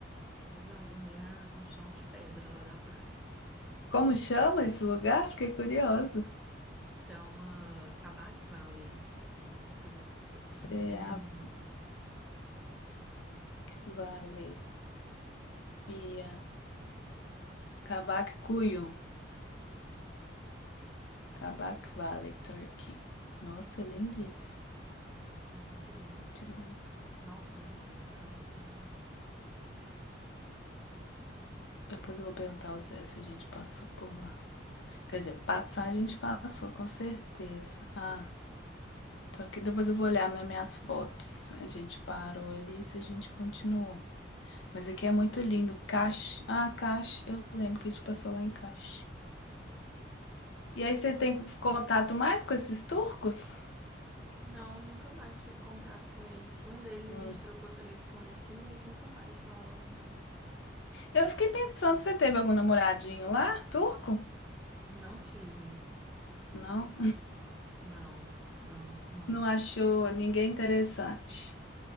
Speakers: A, in the centre; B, on the left.
A: Mas não, dormi na, no chão de pedra lá da praia.
B: Como chama esse lugar? Fiquei curiosa.
A: Chama Kabak Valley. Quero escrever aqui pra você.
B: Ceab-
A: É lindo lá.
B: Valley, Turquia. Kabakkuyu. Kabak Valley, Turkey. Nossa, lindíssimo.
A: É muito lindo.
B: Deixa eu ver.
A: Nossa, foi muito especial essa viagem.
B: Depois eu vou perguntar ao Zé se a gente passou por lá. Quer dizer, passar a gente passou, com certeza. Ah, só que depois eu vou olhar minhas minhas fotos. A gente parou ali, se a gente continuou. Mas aqui é muito lindo. Cache. Ah, Cache. Eu lembro que a gente passou lá em Cache. E aí você tem contato mais com esses turcos?
A: Não, nunca mais tive contato com eles. Um deles
B: Hum.
A: a gente trocou telefone assim, mas nunca mais falamos.
B: Eu fiquei pensando, você teve algum namoradinho lá, turco?
A: Não tive.
B: Não.
A: Não, não, não.
B: Não achou ninguém interessante.